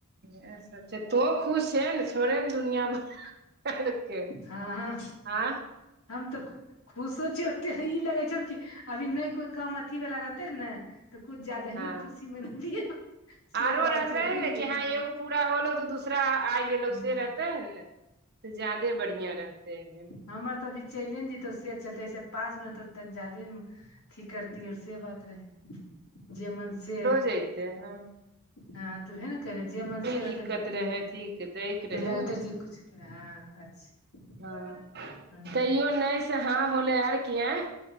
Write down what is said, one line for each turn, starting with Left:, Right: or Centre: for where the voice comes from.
Right: इह सब छै, पुतो खुश छै, छोड़े ने दुनिया भरके
Left: हँ- हँ
Right: आँ हँ
Left: हम तऽ खु खुशो छियौ एते ह, ई लगै छी कि अभी नहि कोइ काम अथी वाला रहतै ने। तऽ कुछु ज्यादा
Right: हँ
Left: ही खुशी मिलेतियै, से
Right: आरो
Left: बात
Right: रहते
Left: छै,
Right: है
Left: बुझ
Right: ने
Left: गेल।
Right: कि हँ एगो पूरा होलो तऽ, दूसरा अ आइ वैसे
Left: हँ
Right: रहते है ने, तऽ जादे बढ़िया रहते है।
Left: हमर तऽ अभी चैलेंजतौ से, चलतै ऐसे पाच मिनट तौ तनी जादे की करतीयो से बात रहै, जे मन से।
Right: <unintelligible> हँ
Left: हँ, तुहे न करजिया मन से रहतै
Right: दिक्कत
Left: ते, पहिने
Right: रहे
Left: लग
Right: अथी दैके रहे
Left: लगतै
Right: ने
Left: र क किछु कर हँ, अच्छा!
Right: हँ,
Left: हँ
Right: तैयो नहि से हँ होलै, आर कि आँय?